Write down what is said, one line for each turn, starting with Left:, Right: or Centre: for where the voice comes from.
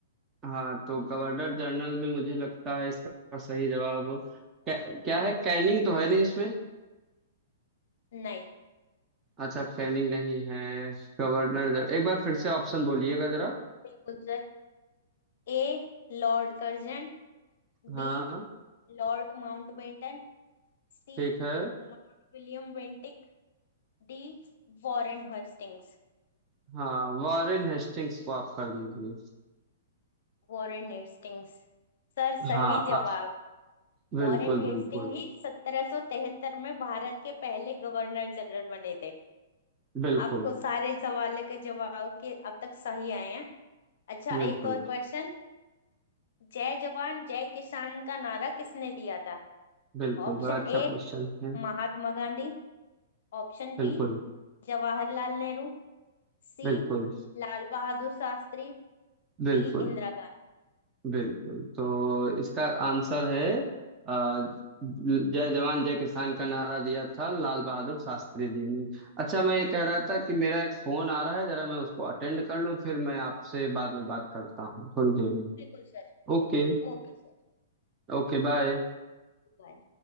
Right: हाँ तो गवर्नर जनरल में मुझे लगता है इसका सही जवाब क्या, क्या है कैनिंग तो है नहीं इसमें
Left: नहीं
Right: अच्छा कैनिंग नहीं है गवर्नर जनरल एक बार फिर से ऑप्शन बोलिएगा जरा
Left: बिल्कुल sir A Lord Curzon
Right: हाँ
Left: B Lord Mountbatten C
Right: ठीक है
Left: Lord William Bentinck D Warren Hastings
Right: हाँ वॉरेन हेस्टिंग्स को आप कर दीजिए
Left: Warren Hastings sir सही
Right: हाँ
Left: जवाब
Right: आ, बिल्कुल
Left: वॉरेन हेस्टिंग
Right: बिल्कुल
Left: ही 1773 में भारत के पहले गवर्नर जनरल बने थे
Right: बिल्कुल
Left: आपको सारे सवालों के जवाब के अब तक सही आए हैं अच्छा
Right: बिल्कुल
Left: एक और क्वेश्चन जय जवान जय किसान का नारा किसने दिया था
Right: बिल्कुल
Left: Option
Right: बड़ा अच्छा
Left: A
Right: क्वेश्चन है
Left: Mahatma Gandhi option B
Right: बिल्कुल
Left: Jawaharlal Nehru C
Right: बिल्कुल
Left: Lal Bahadur Shastri D
Right: बिल्कुल
Left: Indira Gandhi
Right: बिल्कुल तो इसका आंसर है अ, जय जवान जय किसान का नारा दिया था लाल बहादुर शास्त्री जी ने अच्छा मैं ये कह रहा था कि मेरा एक फोन आ रहा है जरा मैं उसको अटेंड कर लूं फिर मैं आपसे बाद में बात करता हूँ थोड़ी देर में
Left: बिल्कुल सर
Right: ओके
Left: Okay sir
Right: Okay bye
Left: बाय